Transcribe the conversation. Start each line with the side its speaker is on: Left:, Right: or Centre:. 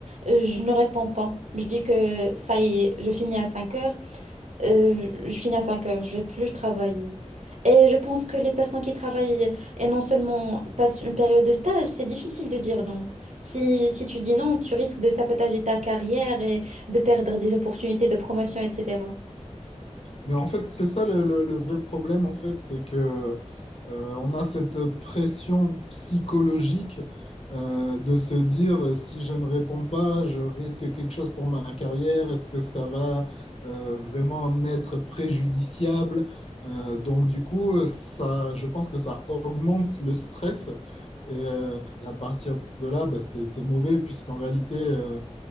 Right: euh, je ne réponds pas. Je dis que ça y est, je finis à 5 heures euh, je finis à 5 heures, je vais plus travailler. Et je pense que les personnes qui travaillent et non seulement passent une période de stage, c'est difficile de dire non. Si, si tu dis non, tu risques de sabotager ta carrière et de perdre des opportunités de promotion, etc.
Left: Mais en fait, c'est ça le, le- le vrai problème, en fait, c'est que euh, on a cette pression psychologique euh, de se dire si je ne réponds pas, je risque quelque chose pour ma carrière, est-ce que ça va euh, vraiment m'être préjudiciable? Euh, donc du coup, euh, ça, je pense que ça augmente le stress et, euh, et à partir de là, bah, c'est c'est mauvais puisqu'en réalité euh,